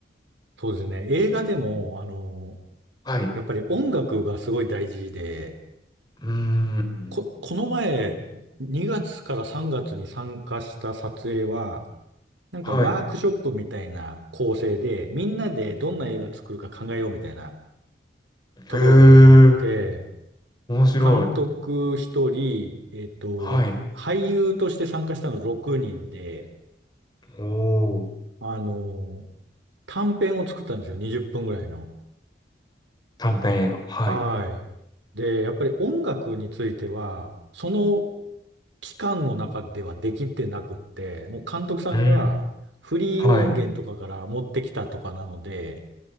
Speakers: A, on the right; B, on the left.
A: そうですね。映画でも、あの、
B: はい。う
A: やっぱり音楽がすごい大事で、
B: ーん。
A: こ、この前、2月から3月に参加した撮影は、なんかワークショップみたいな構成で、
B: はい。へ
A: みんなでどんな映画作るか考えようみたいなところから始まって、
B: え。面白い。
A: 監督一人、えっと、
B: はい。
A: 俳優として参加したの6人で、
B: おー
A: あの、短編を作ったんですよ。20分ぐらいの。
B: 短編映画はい。
A: はい。で、やっぱり音楽については、その期間の中ではできてなくって、もう監督さんがフリー音源とかから持ってきたとかなので、
B: うん。はい。